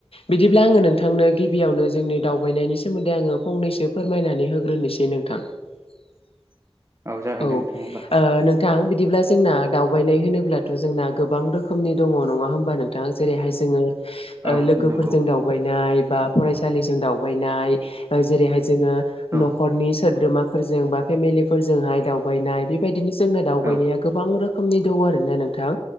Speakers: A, on the left; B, on the right.
A: बिदिब्ला आङो नोंथांनो गिबियावनो जोंनि दावबायनायनि सोमोन्दै आङो फंनैसो फोरमायनानै होग्रोनोसै नोंथां। <unintelligible>
B: जागोन
A: औ
B: दे नोंथां अब्ला
A: ओ नों थां बिदिब्ला जोंना दावबायनाय होनोब्लाथ' जोंना गोबां रोखोमनि दङ नङा होमबा नोंथां जेरैहाय जोङो
B: औ
A: लोगोफोरजों
B: नंगौ
A: दावबायनाय बा फरायसालिजों दावबायनाय जेरैहाय जोङो
B: औ
A: न'खरनि सोद्रोमाफोरजों बा फेमिलिफोरजोंहाय दावबायनाय बेबायदिनो जोंना दावबायनाया
B: औ
A: गोबां रोखोमनि दं आरोना नोंथां